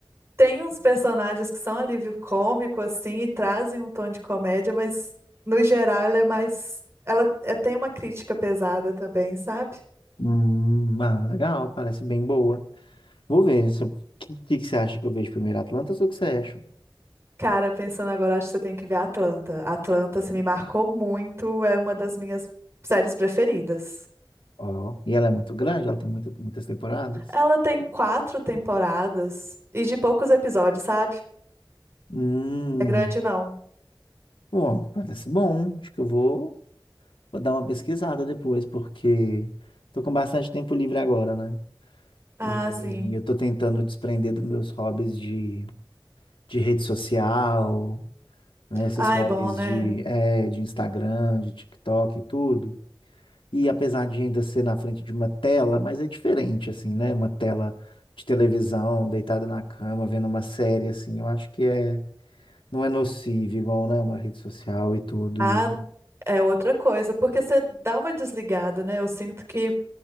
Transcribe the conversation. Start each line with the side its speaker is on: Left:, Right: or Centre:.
Right: Tem uns personagens que são alívio cômico, assim, e trazem um tom de comédia, mas no geral ela é mais. Ela é- tem uma crítica pesada também, sabe?
Left: Hum, ah, legal, parece bem boa. Vou ver, se eu- que, que que você acha que eu vejo primeiro, Atlanta ou Succession?
Right: Cara, pensando agora, acho que você tem que ver Atlanta. Atlanta, se me marcou muito, é uma das minhas séries preferidas.
Left: Ó, e ela é muito grande, ela tem muita- muitas temporadas.
Right: Ela tem quatro temporadas e de poucos episódios, sabe?
Left: Hum,
Right: É grande, não.
Left: bom, parece bom. Acho que eu vou, vou dar uma pesquisada depois, porque tô com bastante tempo livre agora, né?
Right: Ah,
Left: E
Right: sim.
Left: eu tô tentando desprender dos meus hobbies de, de rede social, né? Esses
Right: Ah,
Left: hobbies
Right: é bom, né?
Left: de, é, de Instagram, de TikTok e tudo. E apesar de ainda ser na frente de uma tela, mas é diferente, assim, né? Uma tela de televisão, deitada na cama, vendo uma série, assim, eu acho que é, não é nocivo, igual, né? Uma rede social e tudo.
Right: Ah,
Left: E,
Right: é outra coisa, porque você dá uma desligada, né? Eu sinto que.